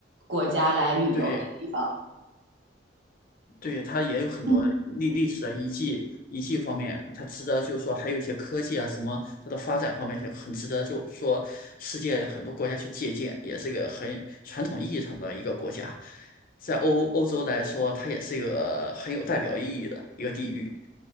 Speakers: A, on the right; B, on the left.
A: 国家来旅游的地方。
B: 对。对，它也有很多历历史的遗迹，
A: 嗯，
B: 遗迹方面，它值得就是说，还有一些科技啊什么，它的发展方面是很值得，就是说世界很多国家去借鉴，也是个很传统意义上的一个国家，在欧欧洲来说，它也是一个很有代表意义的一个地域。